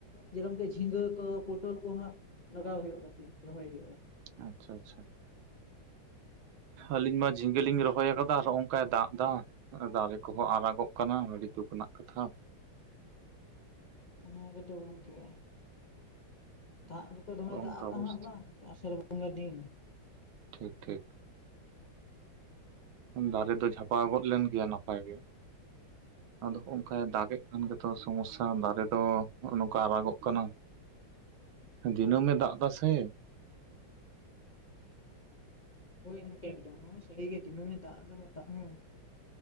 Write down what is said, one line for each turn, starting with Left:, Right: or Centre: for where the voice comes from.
Left: ᱡᱮᱨᱚᱠᱚᱢᱠᱤ ᱡᱷᱤᱸᱝᱜᱟᱹ ᱛᱳ ᱯᱳᱴᱳᱞ ᱠᱚ ᱦᱟᱸᱟ ᱞᱟᱜᱟᱣ ᱦᱩᱭᱩᱜ-ᱟ ᱠᱟᱴᱤᱜ ᱨᱚᱦᱚᱭ ᱦᱩᱭᱩᱜᱼᱟ ᱾
Right: ᱟᱪᱪᱷᱟ ᱟᱪᱪᱷᱟ ᱾ ᱟᱹᱞᱤᱧ ᱢᱟ ᱡᱷᱤᱸᱝᱜᱟᱹ ᱞᱤᱧ ᱨᱚᱦᱚᱭ ᱟᱠᱟᱫᱟ ᱟᱨ ᱦᱚᱸᱜ-ᱚᱱᱠᱟᱭ ᱫᱟᱜ ᱫᱟ ᱾ ᱫᱟᱨᱮ ᱠᱚᱦᱚᱸ ᱟᱨᱟᱜᱚᱜ ᱠᱟᱱᱟ ᱟᱹᱰᱤ ᱫᱩᱠ ᱨᱮᱱᱟᱜ ᱠᱟᱛᱷᱟ ᱾
Left: ᱚᱱᱟ ᱜᱮᱛᱚ ᱜᱚᱝᱠᱮ ᱾ ᱫᱟᱜ ᱜᱮᱛᱚ ᱫᱚᱢᱮ
Right: ᱚᱱᱠᱟ
Left: ᱫᱟᱜᱼᱟᱜ
Right: ᱚᱵᱚᱥᱛᱷᱟ
Left: ᱠᱟᱸᱦᱟᱜ ᱵᱟᱝ ᱟᱥᱟᱲ ᱵᱚᱸᱜᱟ ᱫᱤᱱ ᱾
Right: ᱴᱷᱤᱠ ᱴᱷᱤᱠ ᱫᱟᱨᱮ ᱫᱚ ᱡᱷᱟᱯᱟ ᱜᱚᱫ ᱞᱮᱱ ᱜᱮᱭᱟ ᱱᱟᱯᱟᱭ ᱜᱮ ᱾ ᱟᱫᱚ ᱚᱝᱠᱟᱭ ᱫᱟᱜ ᱮᱫ ᱠᱟᱱ ᱜᱮᱛᱚ ᱥᱚᱢᱚᱥᱥᱟ ᱫᱟᱨᱮ ᱱᱚᱼᱚᱱᱚᱝᱠᱟ ᱟᱨᱟᱜᱚᱜ ᱠᱟᱱᱟ ᱾
Left: <inaudible>
Right: ᱫᱱᱟᱹᱢ ᱜᱮ ᱫᱟᱜ ᱮᱫᱟ ᱥᱮ ᱾
Left: ᱦᱳᱭ ᱜᱚᱝᱠᱮ <inaudible> ᱥᱟᱹᱨᱤ ᱜᱮ ᱫᱤᱱᱟᱹᱢ ᱮ ᱫᱟᱜ ᱮᱫᱟ ᱫᱟᱜ ᱦᱚᱸ ᱾